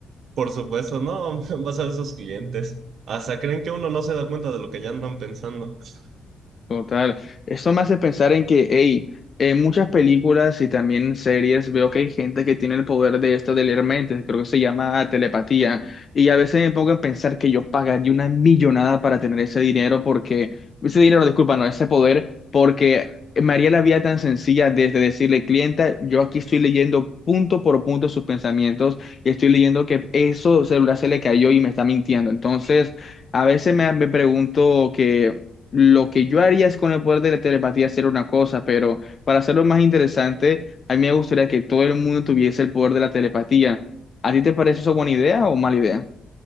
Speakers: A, on the right (about 55°); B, on the left (about 30°).
A: por supuesto, no, <laughs> vas a ver esos clientes. Hasta creen que uno no se da cuenta de lo que ya andan pensando. <laughs>
B: Total. Eso me hace pensar en que, hey, en muchas películas y también en series veo que hay gente que tiene el poder de esto de leer mentes, creo que se llama telepatía. Y a veces me pongo a pensar que yo pagaría una millonada para tener ese dinero porque, ese dinero, disculpa, no, ese poder, porque me haría la vida tan sencilla desde decirle, clienta, yo aquí estoy leyendo punto por punto sus pensamientos y estoy leyendo que eso celular se le cayó y me está mintiendo. Entonces... A veces me, me pregunto que lo que yo haría es con el poder de la telepatía hacer una cosa, pero para hacerlo más interesante, a mí me gustaría que todo el mundo tuviese el poder de la telepatía. ¿A ti te parece eso buena idea o mala idea?